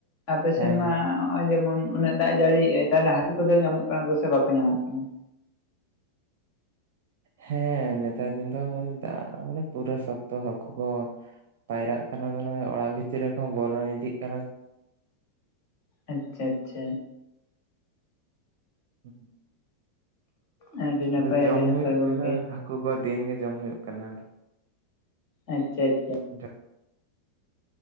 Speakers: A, on the left; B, on the right.
A: ᱟᱯᱮ
B: ᱦᱮᱸ
A: ᱥᱮᱱ
B: ᱦᱮᱸ
A: ᱢᱟ ᱦᱚᱜᱼᱚᱭ ᱡᱮᱢᱚᱱ ᱩᱱᱟᱹᱜ ᱫᱟᱜ ᱡᱟᱹᱲᱤᱭᱮᱜᱼᱟᱭ ᱛᱟᱦᱚᱞᱮ ᱦᱟᱹᱠᱩ ᱠᱚᱫᱚ ᱧᱟᱢᱚᱜ ᱠᱟᱱᱟ ᱠᱚ ᱥᱮ ᱵᱟᱠᱚ ᱧᱟᱢᱚᱜ ᱠᱟᱱᱟ?
B: ᱦᱮᱸ ᱱᱮᱛᱟᱨ ᱫᱤᱱ ᱫᱚ ᱢᱟᱱᱮ ᱫᱟᱜ ᱢᱟᱱᱮ ᱯᱩᱨᱟᱹ ᱥᱚᱠᱛᱚ ᱦᱟᱠᱩ ᱠᱚᱦᱚᱸ ᱯᱟᱭᱨᱟᱜ ᱠᱟᱱᱟ ᱠᱚ ᱱᱚᱜᱼᱚᱭ ᱚᱲᱟᱜ ᱵᱷᱤᱛᱤᱨ ᱨᱮ ᱠᱚ ᱵᱚᱞᱚ ᱤᱫᱤᱜ ᱠᱟᱱᱟ᱾
A: ᱟᱪᱪᱷᱟ ᱟᱪᱪᱷᱟ᱾
B: <inaudible>
A: ᱟᱹᱰᱤ ᱱᱟᱯᱟᱭ
B: ᱟᱫᱚ ᱡᱚᱢ
A: ᱟᱹᱰᱤ ᱱᱟᱯᱟᱭ
B: ᱦᱩᱭᱩᱜ
A: ᱜᱚᱝᱠᱮ
B: ᱠᱟᱱᱟ ᱦᱟᱹᱠᱩ ᱠᱚ ᱫᱤᱱᱜᱮ ᱡᱚᱢ ᱦᱩᱭᱩᱜ ᱠᱟᱱᱟ ᱟᱫᱚ᱾
A: ᱟᱪᱪᱷᱟ ᱟᱪᱪᱷᱟ᱾
B: <inaudible>